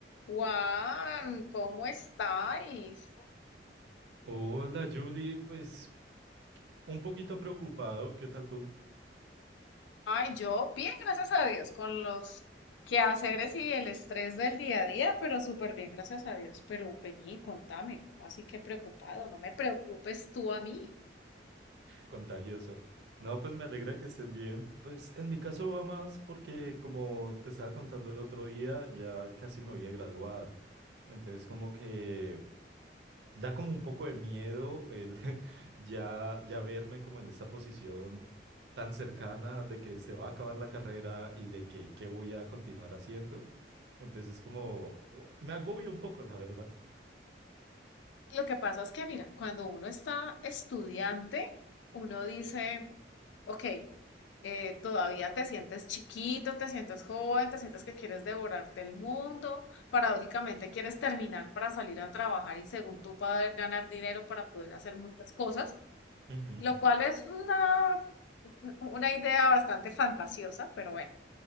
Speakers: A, on the left (about 85°); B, on the right (about 75°).
A: Juan, ¿cómo estáis?
B: Hola Julie, pues un poquito preocupado, ¿qué tal tú?
A: Ay, yo bien, gracias a Dios, con los quehaceres y el estrés del día a día, pero súper bien, gracias a Dios. Pero vení, contame, ¿cómo así que preocupado? No me preocupes tú a mí.
B: Contagioso. No, pues me alegra que estés bien. Pues en mi caso va más porque como te estaba contando el otro día, ya casi me voy a graduar. Entonces como que da como un poco de miedo el <laughs> ya, ya verme como en esta posición tan cercana de que se va a acabar la carrera y de que qué voy a continuar haciendo. Entonces como u- me agobia un poco, la verdad.
A: Lo que pasa es que, mira, cuando uno está estudiante, uno dice, Ok, eh, todavía te sientes chiquito, te sientes joven, te sientes que quieres devorarte el mundo, paradójicamente quieres terminar para salir a trabajar y según tú poder ganar dinero para poder hacer muchas cosas,
B: Ujú,
A: lo cual es una, una idea bastante fantasiosa, pero bueno.